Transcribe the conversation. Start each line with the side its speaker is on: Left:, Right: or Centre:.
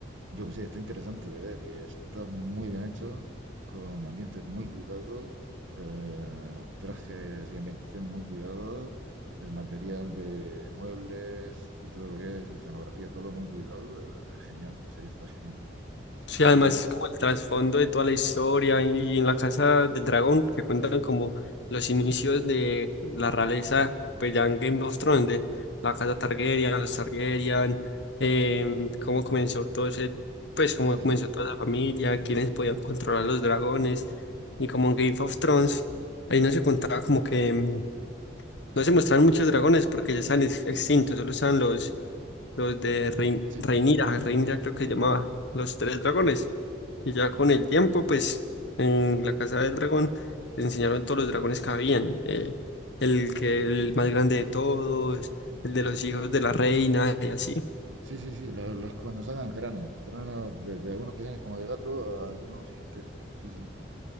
Right: yo que sé, está interesante de ver y está muy bien hecho, con ambientes muy cuidados, eh, trajes y ambientación muy cuidada, el material de muebles y todo lo que es escenografía, todo muy cuidado, eh, es genial, la serie está genial.
Left: Sí, además,
Right: Y la-
Left: como el trasfondo de toda la historia y en la Casa del Dragón, que cuentan como los inicios de la realeza, pues ya en Game of Thrones, de la Casa Targaryen, los Targaryen, em, cómo comenzó todo ese, pues cómo
Right: sí, sí,
Left: comenzó toda la familia, quiénes podían controlar los dragones, y como en Game of Thrones, ahí no se contaba como que em, No se muestran muchos dragones porque ya están ex- extintos, solo están los, los de Rein
Right: sí.
Left: Rhaenyra, Rhaenyra creo que se llamaba, los tres dragones. Y ya con el tiempo, pues, en la casa del dragón les enseñaron todos los dragones que habían. eh, el que el más grande de todos, el de los hijos de la reina y así.
Right: Sí, sí, sí, la- las, cuando sacan cráneos, cráneos desde algunos pequeños como de gato a algunos gigantescos, sí, sí.